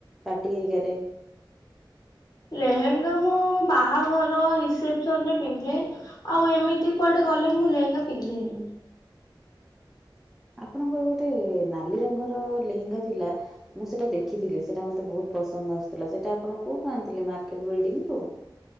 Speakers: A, in the centre; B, on the left.
A: ପାଟି ହେରିକାରେ।
B: ଲେହେଙ୍ଗା ମୁଁ ବାହାଘର ରିସେପ ସନରେ ପିନ୍ଧେ। ଆଉ ଏମିତି କୁଆଡେ ଗଲେ ମୁଁ ଲେହେଙ୍ଗା ପିନ୍ଧେନି।
A: ଆପଣଙ୍କର ଗୋଟେ ନାଲି ରଙ୍ଗର ଲେହେଙ୍ଗା ଥିଲା। ମୁଁ ସେଇଟା ଦେଖିଥିଲି ସେଇଟା ମୋତେ ବହୁତ ପସନ୍ଦ ଆସୁଥିଲା। ସେଇଟା ଆପଣ କୋଉଠୁ ଆଣିଥିଲେ? ମାର୍କେଟ ବିଲ୍ଡିଂରୁ।